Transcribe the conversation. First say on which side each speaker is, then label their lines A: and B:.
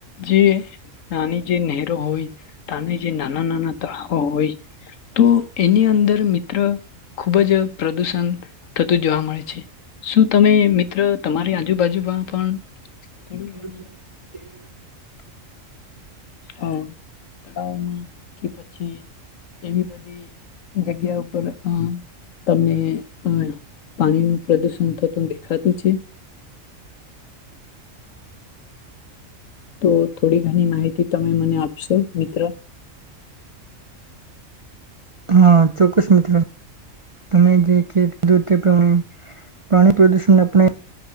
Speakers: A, on the left; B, on the right.
A: જે નાની જે નહેરો હોય તાની જે નાના નાના તળાવો હોય તો એની અંદર મિત્ર ખુબ જ પ્રદુષણ થતું જોવા મળે છે. શું તમે મિત્ર તમારી આજુબાજુમાં પણ
B: <inaudible>
A: થોડી ઘણી હા તળાવમાં કે પછી એવી બધી જગ્યા ઉપર અ તમને અ પાણી નું પ્રદુષણ થતું દે ખાતું છે? તો થોડી ઘણી માહિતી તમે મને આપશો મિત્ર.
B: હા ચોક્કસ મિત્ર તમે જે <unintelligible> દૂધ તે પણ પાણી પ્રદૂષણ આપણે